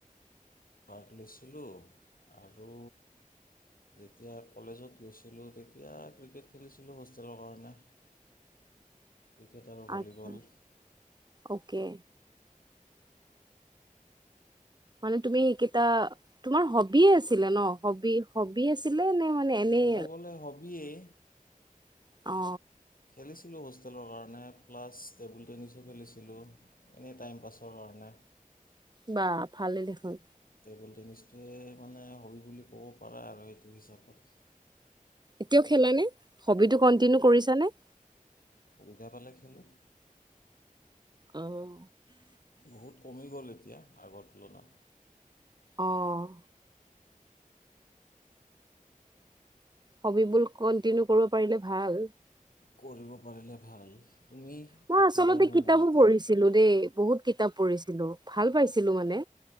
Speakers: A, on the left; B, on the right.
A: ভাৰ্ট লৈছিলোঁ আৰু যেতিয়া কলেজত গৈছিলোঁ তেতিয়া ক্ৰিকেট খেলিছিলোঁ হোষ্টেলৰ কাৰণে। ক্ৰিকেট আৰু ভলীবল
B: আচ্ছা অকে মানে তুমি সেইকেইটা--তোমাৰ হবিয়ে আছিলে ন? হবি-হবি আছিলে নে? মানে এনেই
A: ক'ব গ'লে হবিয়েই।
B: অ
A: খেলিছিলোঁ হোষ্টেলৰ কাৰণে প্লাছ টেবুল টেনিছো খেলিছিলোঁ এনেই টাইম পাছৰ কাৰণে।
B: বা ভালে দেখোন।
A: টেবুল টেনিছটোৱে মানে হবি বুলি ক'ব পাৰা আৰু সেইটো হিচাপত।
B: এতিয়াও খেলানে? হবিটো কন্টিনিউ কৰিছানে?
A: সুবিধা পালে খেলোঁ।
B: অহ।
A: বহুত কমি গ'ল এতিয়া আগৰ তুলনাত
B: অঁ হবিবোৰ কন্টিনিউ কৰিব পাৰিলে ভাল।
A: কৰিব পাৰিলে ভাল। তুমি
B: মই
A: এক্টিং
B: আচলতে
A: কৰা নে
B: কিতাপো
A: নাই এতিয়া
B: পঢ়িছিলো দেই। বহুত কিতাপ পঢ়িছিলো ভাল পাইছিলো মানে